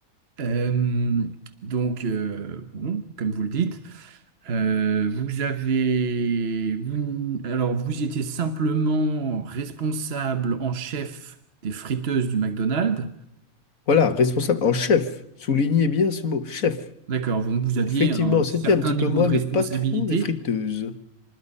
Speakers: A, on the right; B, on the left.
A: Euh, donc, euh, bon, comme vous le dites, euh, vous avez, vous- alors vous étiez simplement responsable en chef des friteuses du McDonald's.
B: Voilà, responsable en chef. Soulignez bien ce mot, chef.
A: D'accord, donc vous aviez
B: Effectivement,
A: un certain
B: c'était un petit peu
A: niveau
B: moi
A: de
B: le
A: responsabilité.
B: patron des friteuses,